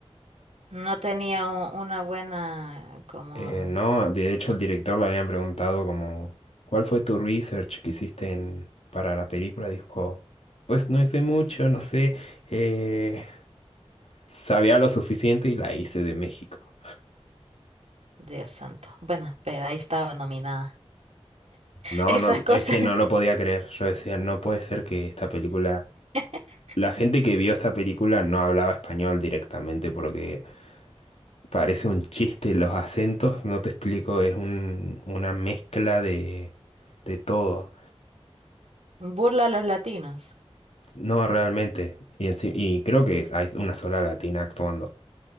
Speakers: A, on the right (about 75°); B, on the left (about 70°).
A: No tenía u- una buena como
B: Eh, no, de hecho el director le habían preguntado como, ¿cuál fue tu research que hiciste en- para la película? Dijo, pues no hice mucho, no sé, eh, sabía lo suficiente y la hice de México.
A: Dios santo. Bueno, espera, ahí estaba nominada.
B: No,
A: Esas
B: no,
A: cosas.
B: es que no lo podía creer. Yo decía, no puede ser que esta película...
A: <laughs>
B: La gente que vio esta película no hablaba español directamente porque... Parece un chiste los acentos, no te explico, es un- una mezcla de, de todo.
A: Burla a los latinos.
B: No, realmente. Y, enci- y creo que es, hay una sola latina actuando.